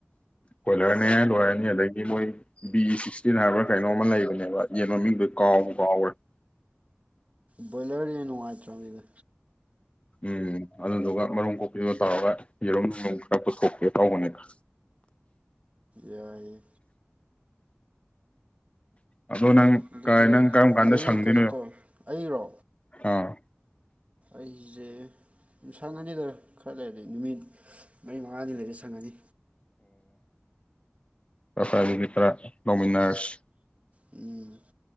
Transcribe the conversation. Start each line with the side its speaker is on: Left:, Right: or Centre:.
Left: ꯀꯣꯏꯂꯔꯅꯦ ꯂꯣꯏꯔꯅꯤ ꯑꯗꯒꯤ ꯃꯣꯏ ꯕꯤ ꯁꯤꯛꯁꯇꯤꯟ ꯍꯥꯏꯕ꯭ꯔꯥ ꯀꯩꯅꯣꯝꯃ ꯂꯩꯕꯅꯦꯕ ꯌꯦꯟ ꯃꯃꯤꯡꯗ ꯀꯥꯎꯕꯨ ꯀꯥꯎꯒꯔ꯭ꯦ
Right: ꯕꯣꯏꯂꯔ ꯌꯦꯟ ꯅꯨꯡꯉꯥꯏꯇ꯭ꯔꯕꯅꯤꯗ
Left: ꯎꯝ ꯑꯗꯨꯗꯨꯒ ꯃꯔꯨꯝ ꯀꯣꯛꯄꯤꯗꯨ ꯇꯧꯔꯒ ꯌꯦꯔꯨꯝ ꯅꯨꯡ ꯈꯔ ꯄꯨꯊꯣꯛꯀꯦ ꯇꯧꯕꯅꯦꯗ <inaudible>
Right: ꯌꯥꯏꯌꯦ
Left: ꯑꯗꯣ ꯅꯪ
Right: ꯑꯗꯨꯗꯤ
Left: ꯀꯥꯏ ꯅꯪ ꯀꯔꯝ ꯀꯥꯟꯗ
Right: ꯑꯩ
Left: ꯁꯪꯗꯣꯏꯅꯣꯌꯣ
Right: ꯀꯩꯅꯣ ꯇꯧꯔꯦ ꯑꯩꯔꯣ
Left: ꯍꯥ <inaudible>
Right: ꯑꯩꯖꯦ ꯁꯡꯉꯥꯅꯤꯗ ꯅꯨꯃꯤꯠ ꯈꯔ ꯂꯩꯔꯗꯤ ꯅꯨꯃꯤꯠ ꯃꯔꯤ ꯃꯉꯥꯅꯤ ꯂꯩꯔꯥꯗꯤ ꯁꯪꯉꯅꯤ
Left: ꯑꯣ <unintelligible> ꯇꯧꯃꯤꯅꯔꯁꯤ
Right: ꯎꯝ